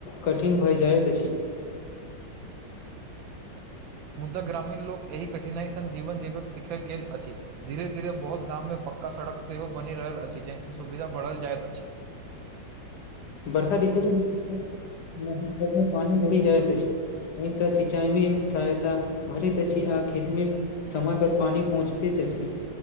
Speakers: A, on the left; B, on the right.
A: कठिन भऽ जाइत अछि
B: मुद्दा ग्रामीण लोक एहि कठिनाई संग जीवन जीवक सीखल गेल अछि धीरे धीरे बहुत गाममे पक्का सड़क सेहो बनि रहल अछि जहिसँ सुविधा बढ़ल जाइत अछि
A: बर्खा ऋतु <unintelligible> पानी भरी जाइ अछी एहिस सिंचाई मे सहायता भरैत अछि आ खेतमे समय पर पानि पहुँचते अछि